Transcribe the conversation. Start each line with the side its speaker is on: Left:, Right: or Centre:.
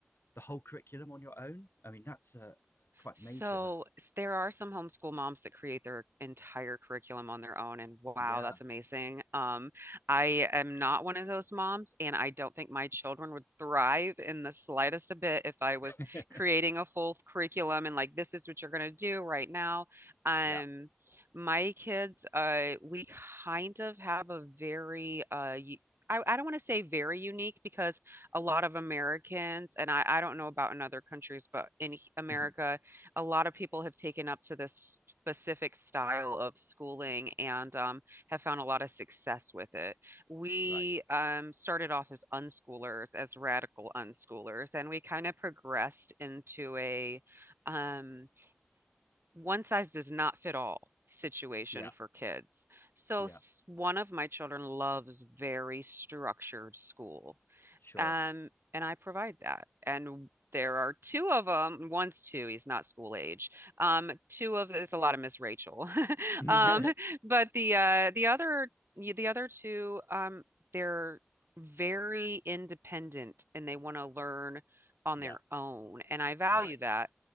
Left: the whole curriculum on your own? I mean, that's uh, quite
Right: So
Left: major.
Right: s- there are some homeschool moms that create their entire curriculum on their own, and wow,
Left: Yeah,
Right: that's amazing. Um, I am not one of those moms, and I don't think my children would thrive in the slightest a bit if I was
Left: <laughs>
Right: creating a full curriculum and like this is what you're gonna do right now. Um,
Left: yeah.
Right: my kids, uh, we kind of have a very uh. y- I, I don't want to say very unique because a lot of Americans, and I, I don't know about in other countries, but in America,
Left: mhm,
Right: a lot of people have taken up to this specific style of schooling and um, have found a lot of success with it. We
Left: Right.
Right: um, started off as unschoolers, as radical unschoolers, and we kind of progressed into a um, one size does not fit all situation
Left: Yeah,
Right: for kids. So
Left: yeah.
Right: s- one of my children loves very structured school.
Left: Sure.
Right: Um, and I provide that. And there are two of them. One's two, he's not school age. Um, two of it's a lot of Miss Rachel. <laughs>
Left: <laughs>
Right: Um, but the uh the other the other two, um, they're very independent and they want to learn on
Left: Yeah,
Right: their own. And I value
Left: right.
Right: that.